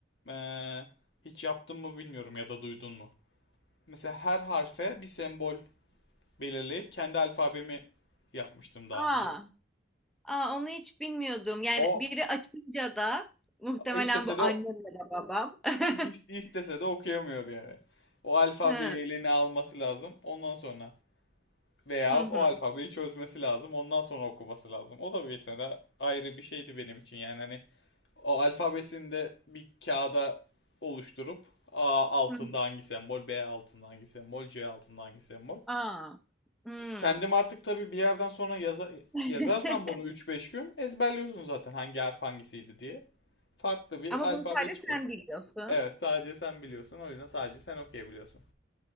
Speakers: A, on the left; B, in the centre.
A: eee, hiç yaptın mı bilmiyorum ya da duydun mu? Mesela her harfe bir sembol belirleyip kendi alfabemi yapmıştım daha
B: Aa.
A: önce.
B: Aa, onu hiç bilmiyordum. Yani
A: O
B: biri açınca da muhtemelen
A: istese
B: bu
A: de
B: annemle de babam.
A: is-
B: <laughs>
A: istese de okuyamıyordu yani. O alfabeyi
B: Hı
A: eline alması lazım. Ondan sonra veya
B: hı hı.
A: o alfabeyi çözmesi lazım. Ondan sonra okuması lazım. O da bir mesela ayrı bir şeydi benim için. Yani hani o alfabesini de bir kağıda oluşturup A altında
B: hı.
A: hangi sembol, B altında hangi sembol, C altında hangi sembol.
B: Aa. Hmm.
A: Kendim artık tabii bir yerden sonra yaza,
B: <laughs>
A: yazarsam bunu üç beş gün ezberliyorsun zaten hangi harf hangisiydi diye. Farklı bir
B: Ama
A: alfabe
B: bunu sadece
A: çıkar.
B: sen biliyorsun.
A: Evet, sadece sen biliyorsun. O yüzden sadece sen okuyabiliyorsun.